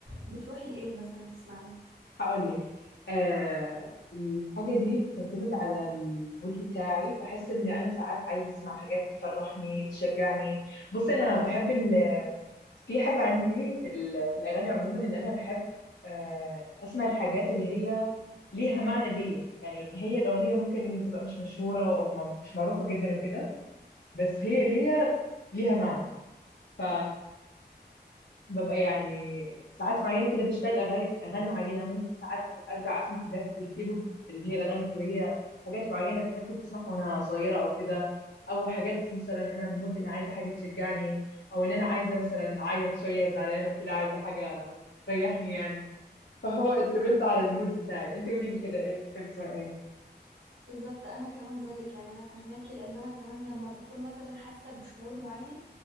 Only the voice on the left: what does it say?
هقول لك آه الحاجة دي بتعتمد على المود بتاعي بحس إن أنا ساعات عايزة أسمع حاجات تفرحني تشجعني بص أنا بحب ال... في حاجة عندي في, ال... في الأغاني عموما إن أنا بحب آه أسمع الحاجات اللي هي ليها معنى ليا يعني هي الأغنية ممكن تبقى مش مشهورة أو ما... مش معروفة جدا وكده بس هي ليا ليها معنى ف ببقى يعني ساعات معينه كده بشتغل اغاني اغاني معينه ممكن ساعات ارجع اسمع حاجات في الكيبوب اللي هي الاغاني الكوريه حاجات معينه انا كنت اسمعها وانا صغيره او كده او حاجات مثلا انا بمود ان عايزه حاجه تشجعني او ان انا عايزه مثلا اعيط شويه زعلانه وكده عايزه حاجه تريحني يعني فهو اتبنت على المود بتاعي انت قولي لي كده ايه بتحبي تسمعي ايه